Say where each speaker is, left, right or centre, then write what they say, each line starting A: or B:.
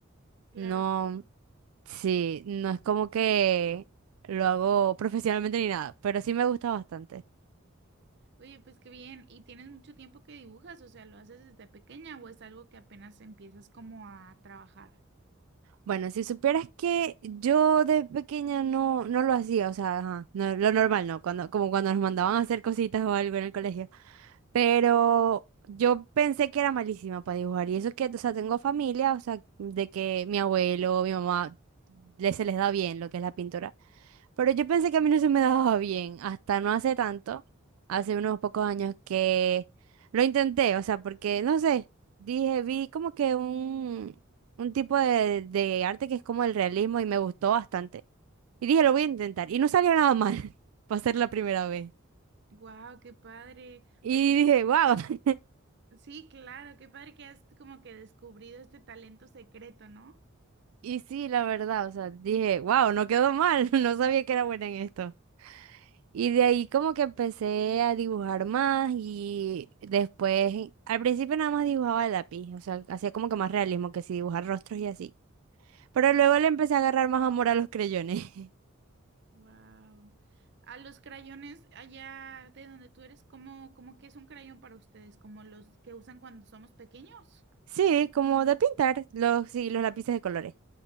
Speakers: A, on the right; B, on the right.
A: claro.
B: No, sí, no es como que lo hago profesionalmente ni nada, pero sí me gusta bastante.
A: Oye, pues qué bien. ¿Y tienes mucho tiempo que dibujas? O sea, ¿lo haces desde pequeña o es algo que apenas empiezas como a trabajar?
B: Bueno, si supieras que yo de pequeña no, no lo hacía, o sea, ajá, no- lo normal, ¿no? Cuando, como cuando nos mandaban a hacer cositas o algo en el colegio. Pero yo pensé que era malísima para dibujar. Y eso que, o sea, tengo familia, o sea, de que mi abuelo, mi mamá, le, se les da bien lo que es la pintura. Pero yo pensé que a mí no se me daba bien, hasta no hace tanto, hace unos pocos años que lo intenté, o sea, porque, no sé, dije, vi como que un un tipo de, de arte que es como el realismo y me gustó bastante. Y dije, lo voy a intentar. Y no salió nada mal <laughs> para ser la primera vez.
A: Guau, qué padre.
B: Y
A: Oye,
B: dije, wow. <laughs>
A: sí, claro, qué padre que has como que descubrido este talento secreto, ¿no?
B: Y sí, la verdad, o sea, dije, wow, no quedó mal. <laughs> No sabía que era buena en esto. Y de ahí como que empecé a dibujar más y después, al principio nada más dibujaba de lápiz, o sea, hacía como que más realismo, que si dibujar rostros y así. Pero luego le empecé a agarrar más amor a los creyones. <laughs>
A: Wow. A los crayones allá de donde tú eres, ¿cómo, cómo que es un crayón para ustedes? ¿Como los que usan cuando somos pequeños?
B: Sí, como de pintar los, sí, los lápices de colores,